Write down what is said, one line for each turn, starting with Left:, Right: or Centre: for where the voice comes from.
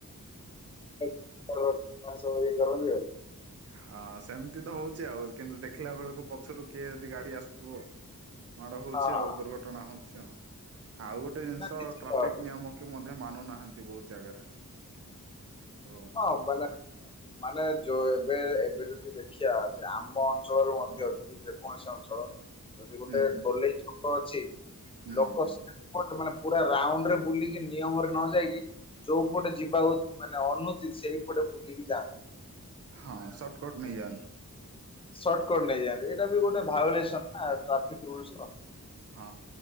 Left: <unintelligible> <unintelligible>
Right: ହ <unintelligible> ହଁ ସେମତି ତ ହଉଚି ଆଉ କିନ୍ତୁ ଦେଖିଲା ବେଳକୁ ପଛରୁ କିଏ ଯଦି ଗାଡି ଆସୁଥିବ। ମାଡ ହଉଚି
Left: ହଁ ହଁ
Right: ଆଉ ଦୁର୍ଘଟଣା ହଉଛି ଆଉ। ଆଉ ଗୋଟେ ଜିନିଷ
Left: ନା ନିଶ୍ଚିତ
Right: ଟ୍ରାଫିକ
Left: ଭାବରେ
Right: ନିୟମ କି ମଧ୍ୟ ମାନୁନାହାନ୍ତି ବହୁତ ଜାଗାରେ। ଓ
Left: ହଁ ମାନେ ମାନେ ଯୋଉ ଏବେ ଏବେ ଯଦି ଦେଖିବା ଯେ ଆମ ଅଞ୍ଚଳରୁ ମଧ୍ୟ ଯଦି ଯେକୌଣସି ଅଞ୍ଚଳ ଯଦି
Right: ହୁଁ
Left: ଗୋଟେ
Right: ହୁଁ
Left: ଗୋଲେଇ ଛକ ଅଛି
Right: ହୁଁ
Left: ଲୋକ
Right: ହୁଁ
Left: ସେପଟୁ ମାନେ ପୁରା ରାଉଣ୍ଡ ରେ ବୁଲିକି ନିୟମ ରେ ନ ଯାଇକି ଯୋଉପଟେ ଯିବାକୁ ମାନେ ଅନୁ ଚିତ୍ ସେଇପଟେ ବୁଲିକି ଯା।
Right: ହଁ ସଟକଟ ନେଇଯାଆନ୍ତି।
Left: ସଟ୍ କଟ ନେଇଯାଆନ୍ତି। ଏଇଟା ବି
Right: ହୁଁ,
Left: ଗୋଟେ ଭାଉଲେସନ ନା ଟ୍ରାଫିକ ରୁଲସ ର।
Right: ହଁ।